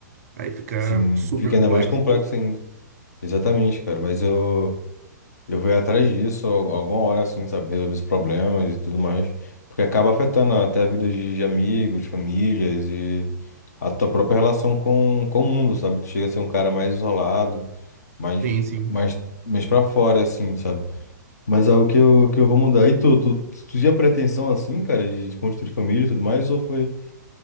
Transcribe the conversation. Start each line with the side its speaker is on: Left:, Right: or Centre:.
Right: aí fica
Left: Sim,
Right: super
Left: fica
Right: complexo.
Left: ainda mais complexo ainda. Exatamente, cara. Mas eu, eu vou ir atrás disso al- alguma hora, assim, sabe? Resolver os problemas e tudo mais. Porque acaba afetando até a vida de, de amigos, famílias e a tua própria relação com, com o mundo, sabe? Tu chega a ser um cara mais isolado. mais,
Right: Sim, sim.
Left: mais, mais pra fora, assim, sabe? Mas é o que eu, que eu vou mudar. E tu, tu, tu tinha pretensão assim, cara, de, de construir família e tudo mais, ou foi